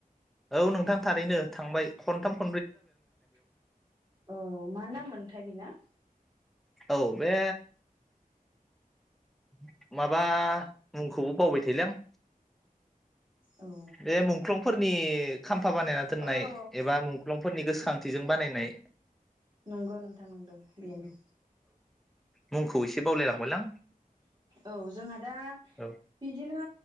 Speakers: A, in the centre; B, on the right.
A: औ नोंथां थारैनो थांबाय। खन्थाम
B: <inaudible> औ मा नाममोनथाय बिना?
A: औ बे मा? माबा मुंखौबो बावबाय थायोलां।
B: औ
A: बे मुंख्लंफो फोनि खाम फा बानायना दोननाय
B: औ औ
A: एबा मुंख्लंफोरनि गोसोखांथिजों बानायनाय
B: नंगौ नोंथां नंदो बेनो।
A: मुंखो खौ एसे बावलायलांबायलां।
B: औ जोंहा दा
A: औ
B: बिदिनो